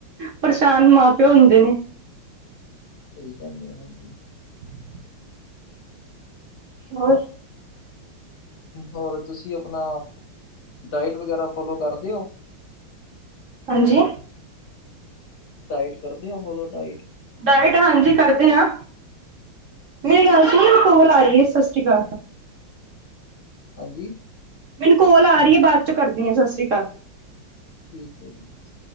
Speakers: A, on the right; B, on the left.
A: ਪਰਸ਼ਾਨ ਮਾਂ ਪਿਓ ਹੁੰਦੇ ਨੇ
B: ਸਹੀ ਕੰਮ ਆ ਹਾਂਜੀ
A: <inaudible> <inaudible> ਹੋਰ
B: ਹੋਰ ਤੁਸੀਂ ਆਪਣਾ ਡਾਇਟ ਵਗੈਰਾ ਫੋਲੋ ਕਰਦੇ ਹੋ
A: ਹਾਂਜੀ।
B: ਡਾਈਟ ਕਰਦੇ ਹੋ ਫੋਲੋ ਡਾਈਟ
A: ਡਾਇਟ ਹਾਂਜੀ ਕਰਦੇ ਹਾਂ, ਮੇਰੀ ਗੱਲ ਸੁਣ ਕੋਲ ਆ ਰਹੀ ਹੈ ਸਤਿ ਸ਼੍ਰੀ ਅਕਾਲ
B: ਹਾਂਜੀ।
A: ਮੈਨੂੰ ਕੋਲ ਆ ਰਹੀ ਹੈ ਬਾਅਦ ਚੋਂ ਕਰਦੀ ਹਾਂ ਸਤਿ ਸ਼੍ਰੀ ਅਕਾਲ
B: ਠੀਕ ਹੈ ਜੀ।